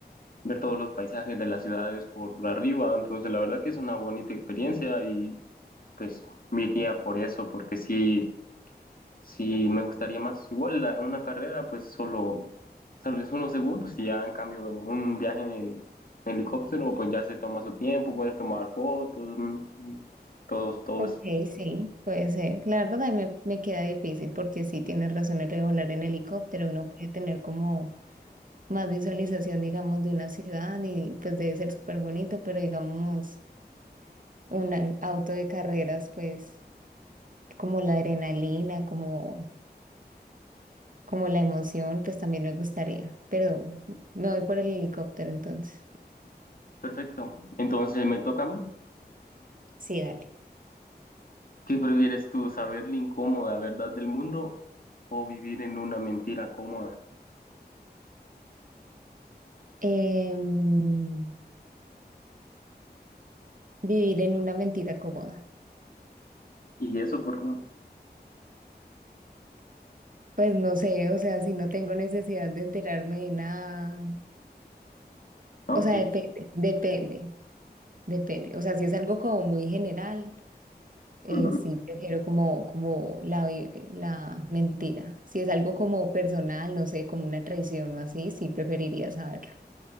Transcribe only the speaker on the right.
Ok,
sí, puede ser. La verdad a mí me, me queda difícil porque sí tienes razón el de volar en helicóptero, uno puede tener como más visualización, digamos, de una ciudad y pues debe ser súper bonito, pero digamos... un auto de carreras, pues como la adrenalina, como, como la emoción, pues también me gustaría, pero me voy por el helicóptero entonces.
Sí, dale.
Em, vivir en una mentira cómoda.
Pues no sé, o sea, si no tengo necesidad de enterarme de nada,
o sea, depende, depende, depende. O sea, si es algo como muy general. Eh,
sí, prefiero como, como la, vi- la mentira. Si es algo como personal, no sé, como una traición o así, sí preferiría saberlo.